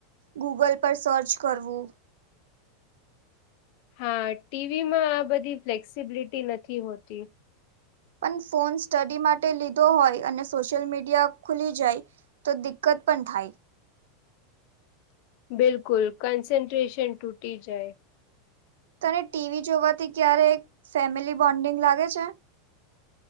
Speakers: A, on the right; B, on the left.
A: ગૂગલ પર સર્ચ કરવું.
B: હા ટીવી માં આ બધી ફ્લેક્સિબિલિટી નથી હોતી.
A: પણ ફોન સ્ટડી માટે લીધો હોય અને સોશિયલ મીડિયા ખુલી જાય તો દિકકત પણ થાય.
B: બિલકુલ કન્સન્ટ્રેશન તૂટી જાય.
A: તને ટીવી જોવાથી ક્યારે ફેમિલી બોન્ડિંગ લાગે છે.